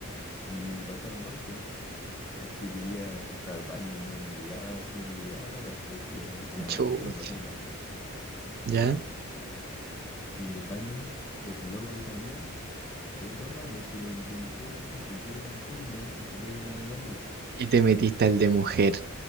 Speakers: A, on the left; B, on the right.
A: y pasa el mall, porque quería pasar al baño y no me llegaba así, no llegaba a la casa. Decía, ya tengo
B: Chuch.
A: que hacer, tengo que pasar al baño.
B: ¿Ya?
A: Y en el baño, el logo que salía, habían dos baños, pero el de mujer no se entendía que era mujer y el de hombre se entendía que era de hombre.
B: Y te metiste al de mujer.